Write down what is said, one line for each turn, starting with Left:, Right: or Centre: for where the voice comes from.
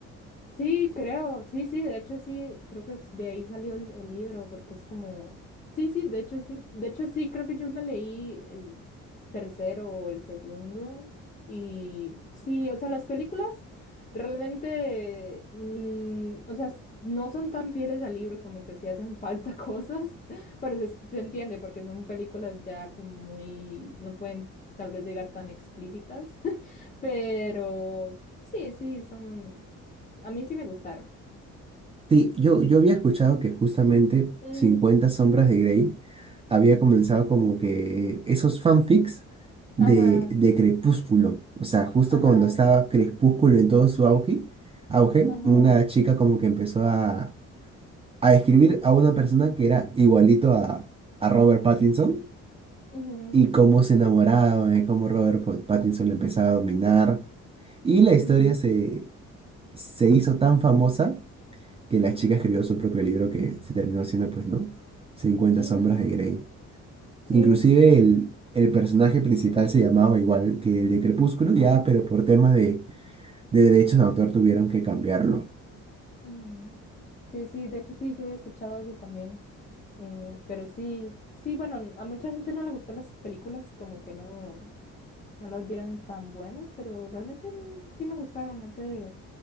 Left: Sí, creo, sí, sí, de hecho sí, creo que es- de ahí salió el, el libro, porque es como, sí, sí, de hecho sí, de hecho sí, creo que yo me leí el tercero o el segundo, y sí, o sea, las películas realmente, mm, o sea, s- no son tan fieles al libro, como que sí hacen falta <laughs> cosas, pero se, se entiende, porque son películas ya como muy, no pueden tal vez llegar tan explícitas, <laughs> pero sí, sí, son... A mí sí me gustaron.
Right: Sí, yo, yo había escuchado que justamente
Left: Mm,
Right: cincuenta sombras de Grey había comenzado como que esos fanfics de,
Left: ajá,
Right: de
Left: sí,
Right: Crepúsculo. O sea, justo
Left: ajá,
Right: cuando estaba Crepúsculo en todo su auge, auge,
Left: ajá.
Right: una chica como que empezó a, a escribir a una persona que era igualito a, a Robert Pattinson
Left: ujú,
Right: y cómo se enamoraba, de cómo Robert Pat- Pattinson le empezaba a dominar. Y la
Left: ujú,
Right: historia se, se hizo tan famosa que
Left: ujú,
Right: la chica escribió su propio libro que se terminó siendo, pues, ¿no? cincuenta
Left: ujú.
Right: sombras de Grey.
Left: Sí,
Right: Inclusive
Left: sí, sí.
Right: el, el personaje principal se llamaba igual que el de Crepúsculo, ya, pero por temas de, de derechos de autor tuvieron que cambiarlo.
Left: ujú. Sí, sí, de hecho sí, yo he escuchado eso también. eh, pero sí, sí, bueno, n- a mucha gente no le gustó las películas, como que no, no las vieron tan buenas, pero realmente a mí sí me gustaron, no sé,